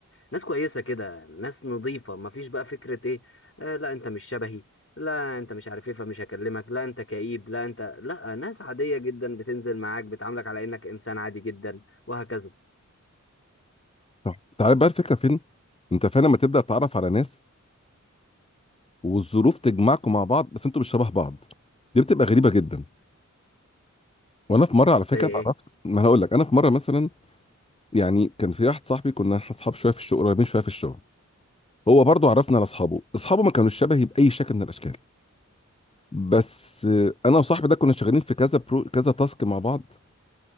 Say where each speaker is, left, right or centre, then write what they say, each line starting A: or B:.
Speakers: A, on the left (about 45°); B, on the left (about 20°).
A: ناس كويسة كده ناس نظيفة مفيش بقى فكرة ايه آه لا انت مش شبهي لا انت مش عارف ايه فمش هكلمك لا انت كئيب لا انت لا ناس عادية جدا بتنزل معاك بتعاملك على انك انسان عادي جدا وهكذا
B: صح تعال بقى الفكره فين انت فعلا لما تبدا تتعرف على ناس والظروف تجمعكم مع بعض بس انتوا مش شبه بعض دي بتبقى غريبه جدا وانا في مره على فكره
A: زي
B: ايوه
A: ايه
B: اتعرفت ما انا هقول لك انا في مره مثلا يعني كان في واحد صاحبي كنا احنا اصحاب شويه في الشغل قريبين شويه في الشغل هو برضه عرفنا على اصحابه اصحابه ما كانوش شبهي باي شكل من الاشكال بس آه، انا وصاحبي ده كنا شغالين في كذا برو كذا تاسك مع بعض